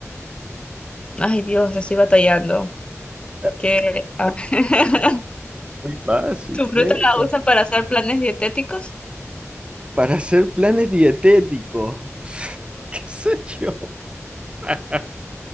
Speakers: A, on the left (about 20°); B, on the right (about 20°).
A: Ay, Dios, estoy batallando.
B: Eh,
A: ¿Qué? Ah, <laughs>
B: Muy fácil,
A: ¿tu fruta
B: piensa.
A: la usan para hacer planes dietéticos?
B: Para hacer planes dietéticos. <laughs> ¿Qué sé yo? <laughs>